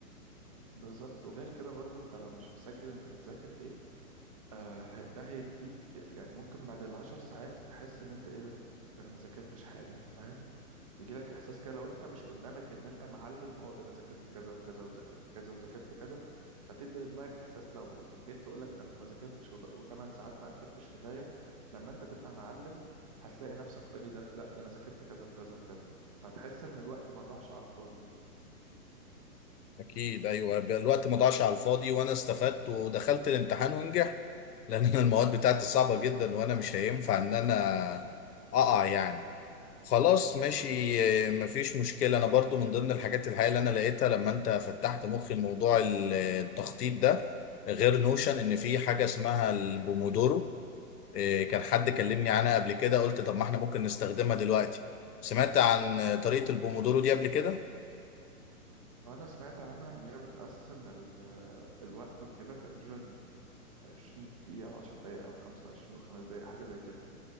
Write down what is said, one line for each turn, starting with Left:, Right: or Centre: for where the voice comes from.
Right: بالظبط وغير كده برضو انت لو مش مسجل انت بتذاكر ايه آه ه- ده هيديك يعني ممكن بعد العشر ساعات تحس ان انت ايه ده ده انا ما ذاكرتش حاجه فاهم يجي لك احساس كده لو انت مش قدامك ان انت معلم اه ده انا ذاكرت كذا وكذا وذاكرت كذا وذاكرت كذا فتدي لدماغك احساس لو جيت تقول لك ده انت ما ذاكرتش و8 ساعات ما انتجتش كفايه لما انت تبقى معلم هتلاقي نفسك ايه ده لا ده انا ذاكرت كذا وكذا وكذا فهتحس ان الوقت ما ضاعش على الفاضي
Left: اكيد ايوه بقى الوقت ما ضاعش على الفاضي وانا استفدت ودخلت الامتحان ونجحت <laughs> لان انا المواد بتاعتي صعبه جدا وانا مش هينفع ان انا اقع يعني خلاص ماشي
Right: ايوه بالظبط
Left: آه، مفيش مشكلة أنا برضو من ضمن الحاجات الحقيقة اللي أنا لقيتها لما أنت فتحت مخي الموضوع ال- التخطيط ده غير نوشن إن في حاجة اسمها البومودورو آه، كان حد
Right: امم
Left: كلمني عنها قبل كده قلت طب ما إحنا ممكن نستخدمها دلوقتي سمعت عن آه، طريقة البومودورو دي قبل كده؟
Right: أنا سمعت عنها إن هي بتقسم ال- الوقت وكده تقريبا 20 دقيقة أو 10 دقايق أو 25 وخمس دقايق حاجة زي كده